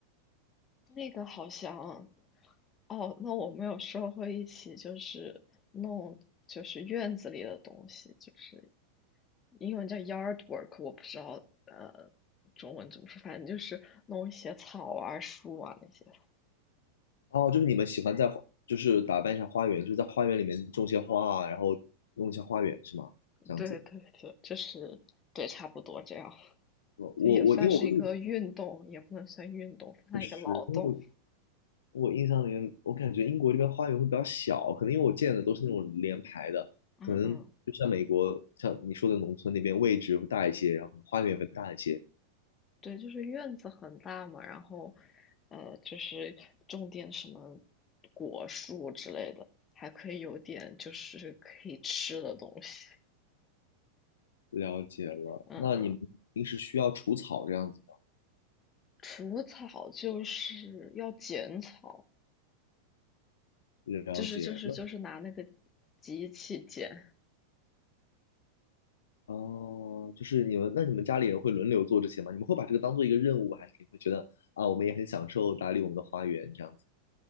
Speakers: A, on the left; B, on the left.
A: 那个好像哦，那我们有时候会一起就是弄就是院子里的东西，就是英文叫 yard work，我不知道呃中文怎么说，反正就是弄一些草啊、树啊那些。
B: 哦，就是你们喜欢在花，就是打扮一下花园，就在花园里面种些花啊，然后弄一下花园是吗？这样子。
A: 对对对，就是对，差不多这样。
B: 我我我因为我入
A: 这也算是一个运动，也不能算运动，算一个劳动。
B: 识，因为我我印象里面，我感觉英国这边花园会比较小，可能因为我见的都是那种连排的，
A: 嗯嗯。
B: 可能就像美国，像你说的农村那边位置会大一些，然后可能花园也会大一些。
A: 对，就是院子很大嘛，然后，呃，就是种点什么果树之类的，还可以有点就是可以吃的东西。
B: 了解了，
A: 嗯嗯，
B: 那你们平时需要除草这样子吗
A: 除草就是要剪草，
B: 了解，
A: 就是就是就是拿那个
B: 那
A: 机器剪。
B: 哦，就是你们，那你们家里人会轮流做这些吗？你们会把这个当做一个任务，还是你会觉得啊，我们也很享受打理我们的花园这样子？